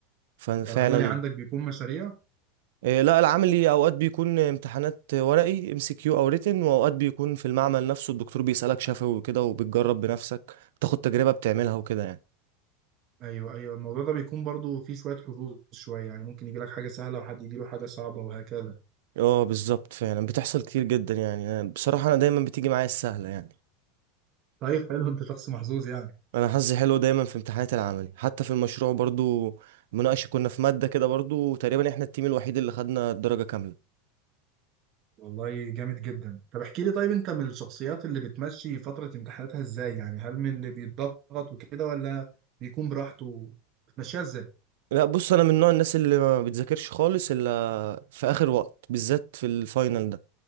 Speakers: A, on the right; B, on the right.
A: ففعلا
B: انت العملي عندك بيكون مشاريع
A: إيه لا العملي اوقات بيكون امتحانات ورقي ام سي كيو او ريتن واوقات بيكون في المعمل نفسه الدكتور بيسألك شفوي وكده وبتجرب بنفسك بتاخد تجربة بتعملها وكده يعني
B: ايوه ايوه الموضوع ده بيكون برضو فيه شويه حظوظ شويه يعني ممكن يجي لك حاجه سهله وحد يجي له حاجه صعبه وهكذا
A: اه بالظبط فعلا بتحصل كتير جدا يعني أنا- بصراحة انا دايما بتيجي معايا السهلة يعني
B: طيب حلو انت شخص محظوظ يعني
A: انا حظي حلو دايما في امتحانات العملي حتى في المشروع برضو مناقشه كنا في ماده كده برضو تقريبا احنا التيم الوحيد اللي خدنا الدرجه كامله
B: والله جامد جدا طب احكي لي طيب انت من الشخصيات اللي بتمشي فتره امتحاناتها ازاي يعني هل من اللي بيتضغط وكده ولا بيكون براحته بتمشيها ازاي
A: لا بص انا من نوع الناس اللي ما بتذاكرش خالص الا في اخر وقت بالذات في الفاينل ده